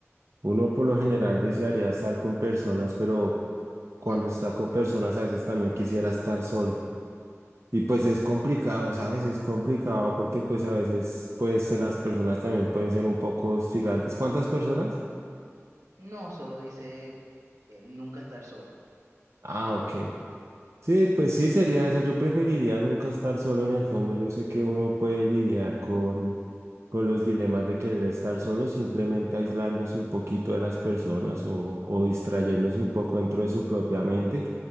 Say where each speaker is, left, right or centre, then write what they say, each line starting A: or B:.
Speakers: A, on the right (about 65°); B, on the right (about 90°).
A: uno por lo general desearía estar con personas, pero cuando está con personas a veces también quisiera estar solo. Y pues es complicado, ¿sabes? Es complicado porque pues a veces pues las personas también pueden ser un poco hostigantes. ¿Cuántas personas?
B: No, solo dice eh, nunca estar solo.
A: Ah, ok. Sí, pues sí sería esa. Yo preferiría nunca estar solo en el fondo. Yo sé que uno puede lidiar con, con los dilemas de querer estar solo, simplemente aislándose un poquito de las personas o, o distrayéndose un poco dentro de su propia mente,